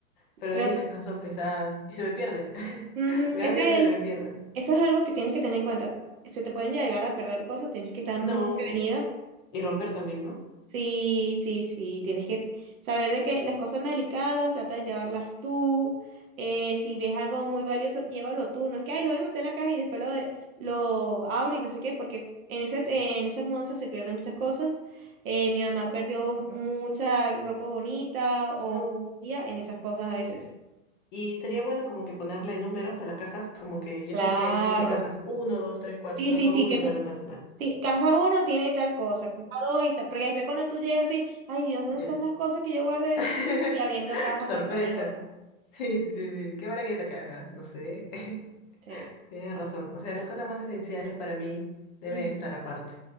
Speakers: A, on the left (about 35°); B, on the right (about 75°).
A: pero
B: pero
A: de ahí las cajas son pesadas y se me pierde. <laughs>
B: Ujú,
A: Me
B: ese
A: da miedo
B: es
A: que se
B: el-
A: me pierdan.
B: eso es algo que tienes que tener en cuenta. Se te pueden llegar a perder cosas, tienes que estar
A: No.
B: muy prevenida.
A: Y romper también, ¿no?
B: Sí, sí, sí, tienes que saber de que las cosas más delicadas, trata de llevarlas tú. eh, si ves algo muy valioso, llévalo tú. No es que, ay, lo voy a meter en la caja y después lo, de, lo abro y no sé qué, porque en ese, eh, en esas mudanzas se pierden muchas cosas. Eh, mi mamá perdió mucha ropa bonita o
A: No.
B: joyería en esas cosas a veces.
A: Y sería bueno como que ponerle números a las cajas, como que yo
B: Claro.
A: sé que hay 20 cajas. uno, 2, 3, cuatro
B: Sí,
A: caja
B: sí, sí,
A: uno,
B: que tú
A: tal, tal, tal, tal. tal.
B: Sí, cada uno tiene tal cosa, cuidado y tal. Porque después cuando tú llegas así, ay Dios, ¿dónde
A: Ya.
B: están las cosas que yo guardé?
A: <laughs>
B: Y abriendo caja
A: Sorpresa.
B: como una loca.
A: Sí, sí, sí, sí. ¿Qué habrá en esta caja? No sé. <laughs>
B: Sí.
A: Tienes razón. O sea, las cosas más esenciales para mí deben
B: Ujú.
A: estar aparte.